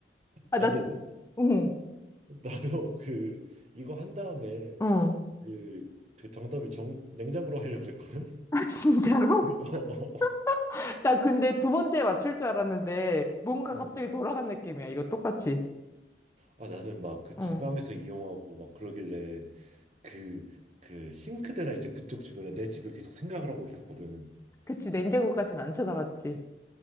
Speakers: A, on the left; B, on the right.
A: 아,
B: 아
A: 나,
B: 근데 나-
A: 응.
B: 나도 그 이거 한 다음에
A: 응.
B: 그 그 정답을 정 냉장고로 하려고 그랬거든.
A: 아, 진짜로?
B: <laughs> 어. 어, 어.
A: <laughs> 나 근데 두 번째에 맞출 줄 알았는데 뭔가
B: 응.
A: 갑자기 돌아간 느낌이야. 이거 똑같이.
B: 아 나는 막 그 주방에서
A: 응.
B: 이용하고 막 그러길래 그 그 싱크대나 이제 그쪽 주변에 내 집을 계속 생각을 하고 있었거든.
A: 그치, 냉장고까지는
B: 어,
A: 안 쳐다봤지.